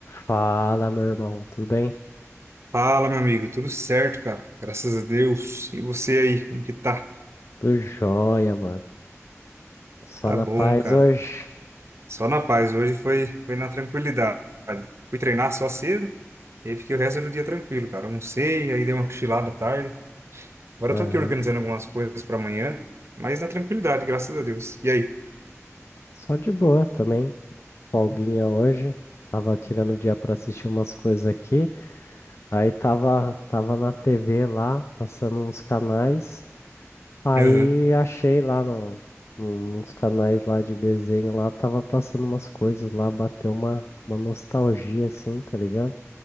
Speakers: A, on the left (about 60°); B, on the right (about 60°).
A: Fala, meu irmão, tudo bem?
B: Fala, meu amigo, tudo certo, cara? Graças a Deus. E você aí, como que tá?
A: Tudo jóia, mano. Só
B: Tá
A: na
B: bom,
A: paz
B: cara.
A: hoje.
B: Só na paz, hoje foi, foi na tranquilidade. Fui treinar só cedo, e aí fiquei o resto do dia tranquilo, cara. Almocei, aí dei uma cochilada à tarde. Agora
A: Aham.
B: eu tô aqui organizando algumas coisas pra amanhã, mas na tranquilidade, graças a Deus. E aí?
A: Só de boa também. Folguinha hoje. Tava tirando o dia pra assistir umas coisas aqui. Aí tava, tava na TV lá, passando uns canais. Aí
B: Aham.
A: achei lá no, no- nos canais lá de desenho lá, tava passando umas coisas lá, bateu uma, uma nostalgia assim, tá ligado?